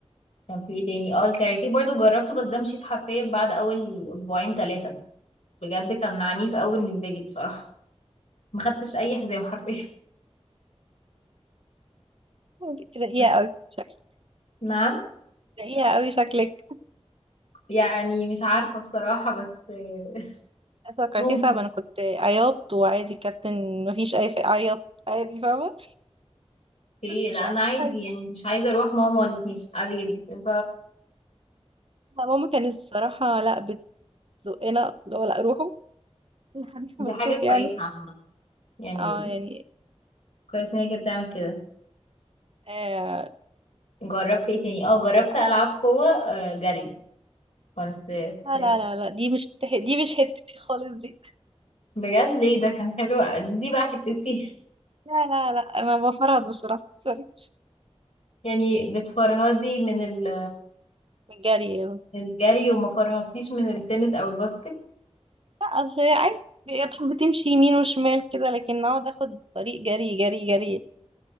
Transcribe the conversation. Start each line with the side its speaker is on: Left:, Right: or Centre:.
Left: كان في ايه تاني اه الكاراتيه برضو جربته بس ده مشيت حرفيا بعد اول اسبوعين ثلاثة بجد كان عنيف قوي بالنسبة لي بصراحة <laughs> ما خدتش اي حزام حرفيا <laughs>
Right: انتي تلاقيها
Left: بس
Right: أوي شكلك
Left: نعم
Right: تلاقيها أوي شكلك
Left: يعني مش عارفة بصراحة بس آه،
Right: توقعتيه
Left: ممكن
Right: صعب انا كنت عياط وعادي كابتن مفيش اي ف- عيط عادي فاهمه
Left: ايه
Right: مفيش
Left: لا
Right: اي
Left: انا عادي
Right: عادي
Left: يعني مش عايزة اروح ماما ما ودتنيش عادي جدا
Right: لا ماما كانت الصراحه لا بتزقنا اللي هو لا روحوا <laughs> لحد
Left: دي
Right: ما
Left: حاجة
Right: تشوف
Left: كويسة
Right: يعني
Left: عامة يعني
Right: اه يعني
Left: كويس ان هي كانت بتعمل كده
Right: آه
Left: جربت ايه تاني اه جربت العاب قوة آه، جري كنت في-
Right: لا
Left: في-
Right: لا لا لا دي مش تح- دي مش حتتي خالص دي
Left: بجد ليه ده كان حلو دي بقى حتتي
Right: لا لا لا انا بفرهد بصراحه سوري
Left: <laughs> يعني بتفرهدي من ال-
Right: من الجري لا
Left: الجري وما فرهدتيش من التنس او الباسكت
Right: اصل هي عادي بتحب بتمشي يمين وشمال كده لكن اقعد اخد طريق جري جري جري